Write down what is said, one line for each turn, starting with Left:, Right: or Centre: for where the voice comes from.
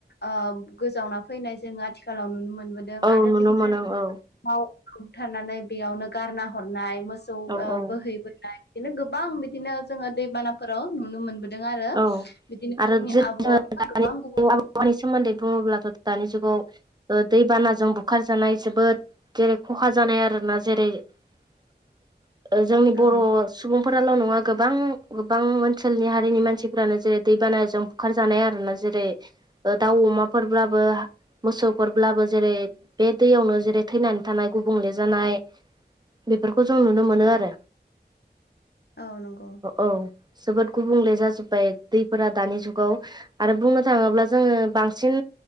Left: ओह गोजावना फैनाय जोङो आथिखालाव नुनो मोनबोदों
Right: औ
Left: आरो
Right: नुनो
Left: बिदिनो
Right: मोनो औ
Left: थाव बुथारनानै बेयावनो गारना हरनाय मोसौ ओह
Right: औ औ
Left: बोहैबोनाय बिदिनो गोबां बिदिनो जोङो दैबानाफोराव नुनो मोनबोदों आरो।
Right: औ
Left: बिदिनो
Right: आरो
Left: जोंनि
Right: जोङो
Left: आबहावाया
Right: दानि
Left: गोबां गुबुं
Right: आबहावानि सोमोन्दै बुङोब्लाथ' दानि जुगाव ओ दैबानाजों बुखारजानाय जोबोद जेरै खहा जानाय आरो ना जेरै <inaudible> ओ जोंनि बर'
Left: औ
Right: सुबुंफोराल' नङा गोबां गोबां ओनसोलनि हारिनि मान मानसिफ्रानो जेरै-दैबानाजों बुखार जानाय आरो ना जेरै- दाउ अमाफोरब्लाबो मोसौफोरब्लाबो जेरै बे दैयावनो जेरै थैनानै थानाय गुबुंले जानाय बेफोरखौ जों नुनो मोनो
Left: औ
Right: आरो।
Left: औ नंगौ
Right: औ जोबोद गुबुंले जाजोब्बाय दैफोरा दानि जुगाव आरो बुंनो थाङोब्ला जोङो बांसिन,